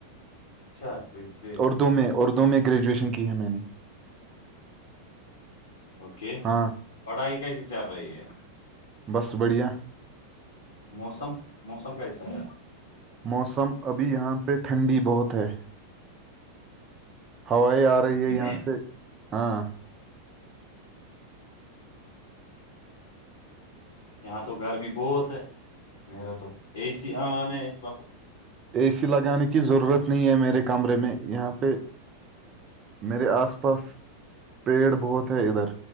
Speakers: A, on the left; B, on the right.
A: اچھا گریجویٹ
B: اردو میں اردو میں گریجویشن کی ہے میں نے
A: اوکے
B: ہاں
A: پڑھائی کیسی چل رہی ہے
B: بس بڑھیا
A: موسم موسم کیسا ہے
B: موسم ابھی یہاں پے ٹھنڈی بہت ہے ہوائیں آ
A: سچی
B: رہی ہے یہاں
A: میں
B: سے ہاں
A: یہاں تو گرمی بہت ہے میرا تو اے سی آن ہے اس وقت
B: اے سی لگانے کی ضرورت نہیں ہے میرے کمرے میں یہاں پہ میرے آس پاس پیڑ بہت ہے ادھر